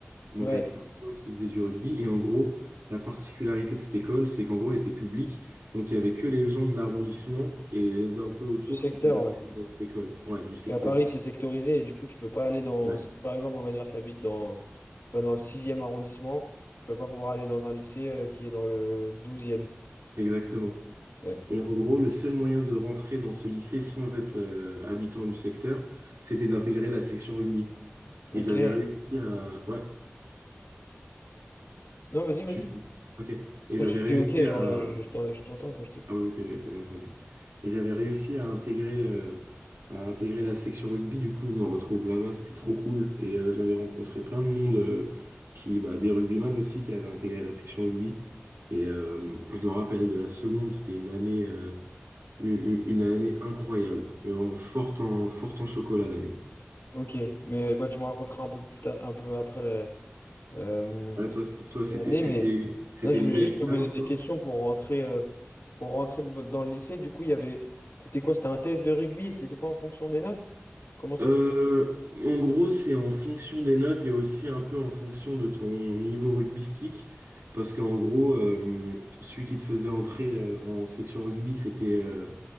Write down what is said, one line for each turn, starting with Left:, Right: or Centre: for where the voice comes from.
Right: Donc
Left: Ouais,
Right: avec plein de gens qui faisaient du rugby. Et en gros, la particularité de cette école, c'est qu'en gros, elle était publique. Donc il y avait que les gens de l'arrondissement et d'un peu autour
Left: du secteur,
Right: qui pouvaient
Left: ouais.
Right: accéder à cette école. Ouais, du secteur.
Left: Puis à Paris, c'est sectorisé et du coup, tu peux pas aller dans.
Right: Ouais,
Left: si, par exemple, on va dire que tu habites dans, je sais pas, dans le sixième arrondissement, tu vas pas pouvoir aller dans un lycée euh, qui est dans le douzième.
Right: exactement.
Left: Ouais.
Right: Et en gros, le seul moyen de rentrer dans ce lycée sans être euh, habitant du secteur, c'était d'intégrer la section rugby.
Left: Ok.
Right: Et j'avais réussi à... Ouais,
Left: Non, vas-y, vas-y.
Right: tu... Ok. Et
Left: Non,
Right: j'avais
Left: J'étais
Right: réussi
Left: ok, genre,
Right: à...
Left: je, je- je t'en- je t'entends, quoi, je t'écoute.
Right: Ah ouais, ok, j'avais pas bien entendu. Et j'avais réussi à intégrer, euh, à intégrer la section rugby. Du coup, je me retrouve là-bas, c'était trop cool. Et euh, j'avais rencontré plein de monde, euh, qui, bah, des rugbyman aussi qui avaient intégré la section rugby. Et euh, je me rappelle de la seconde, c'était une année... euh, u- une année incroyable, mais vraiment forte en, forte en chocolat l'année.
Left: Ok, mais bah, tu me raconteras un peu plus tard, un peu après la- euh,
Right: Ouais, toi, c- toi
Left: l'année,
Right: c'était, c'était,
Left: mais
Right: c'était
Left: non, je
Right: une
Left: voulais
Right: belle
Left: juste
Right: expérience.
Left: te poser des questions pour rentrer, euh, pour rentrer dans dans le lycée. Du coup, il y avait, c'était quoi? C'était un test de rugby et c'était pas en fonction des notes? Comment ça
Right: Euh,
Left: se...
Right: en gros, c'est en fonction des notes et aussi un peu en fonction de ton niveau rugbystique. Parce qu'en gros, euh, celui qui te faisait entrer euh, en section rugby, c'était euh,